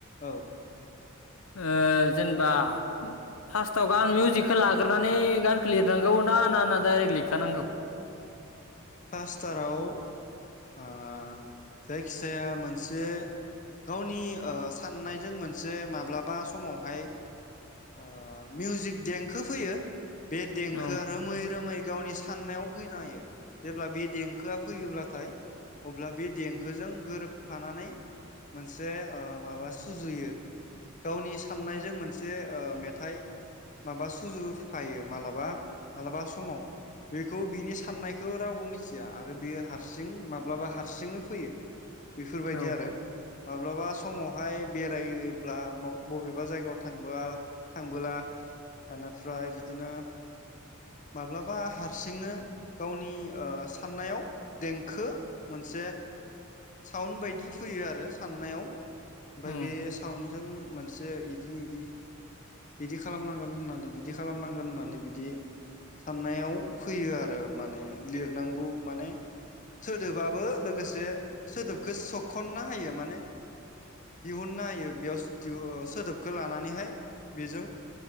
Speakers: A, on the left (about 40°); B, on the left (about 80°).
A: औ
B: ओ जेनेबा फार्स्टआव गान मिउजिकखौ लाग्रोनानै गानखौ लिरनांगौ ना ना ना दाइरेक्ट लिरखानांगौ
A: पासथाराव ओ जायखिजाया मोनसे गावनि ओ साननायजों मोनसे माब्लाबा समावहाय ओ मिउजिक देंखो फैयो बे देंखोआ
B: औ
A: रोमै रोमै गावनि साननायाव फैना होयो जेब्ला बे देंखोआ फैयोब्लाथाय अब्ला बे देंखोजों गोरोबफानानै। मोनसे ओ माबा सुजुयो गावनि साननायजों मोनसे। ओ मेथाइ माबा सुजुफायो मालाबा मालाबा समाव। बेखौ बिनि साननायखौ रावबो मिथिया आरो बेयो हारसिं माब्लाबा हारसिंनो फैयो। बेफोरबायदि
B: औ
A: आरो। माब्लाबा समावहाय बेरायोब्ला बाव-बबेबा जायगायाव थांबा थांबोला ओनोफ्राय बिदिनो माब्लाबा हारसिंनो गावनि ओ साननायाव देंखो मोनसे साउन्ड बायदि फैयो आरो साननायाव ओमफ्राय
B: उम
A: बे साउन्डजों मोनसे इदि इदि बिदि खालामनांगोन होननानै बिदि खालामनांगोन होननानै बिदि साननायाव फैयो आरो माने लिरनांगौ माने सोदोबाबो लोगोसे सोदोबखौ सोखनना होयो माने दिहुनना हायो बेयाव दिहु ओ सोदोबखौ लानानैहाय बेजों